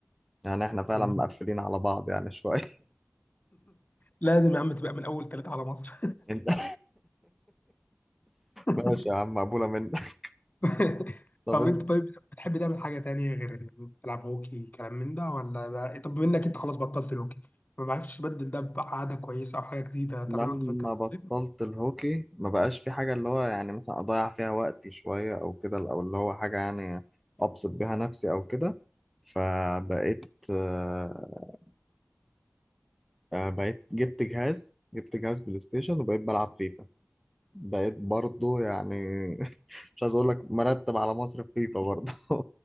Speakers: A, in the centre; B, on the left (about 35°).
A: يعني احنا فعلا
B: <laughs>
A: مقفلين على بعض يعني شوية
B: لازم يا عم تبقى من اول ثلاثه على مصر
A: <laughs> انت <laughs>
B: <laughs>
A: ماشي يا عم مقبولة منك
B: <laughs>
A: طب
B: طب
A: انت
B: انت طيب بتحب تعمل حاجة تانية غير تلعب هوكي كلام من ده ولا ده طب منك انت خلاص بطلت الهوكي ما بعرفش تبدل ده بعادة كويسة او حاجة جديدة تعملها
A: لما
B: وانت في الجامعة
A: بطلت
B: طيب؟
A: الهوكي ما بقاش في حاجة اللي هو يعني مثلا أضيع فيها وقتي شوية أو كده أو اللي هو حاجة يعني أبسط بيها نفسي أو كده فبقيت آه، آه، بقيت جبت جهاز جبت جهاز بلاي ستيشن وبقيت بلعب فيفا بقيت برضو يعني <laughs> مش عايز أقول لك مرتب على مصر في فيفا برضو <laughs>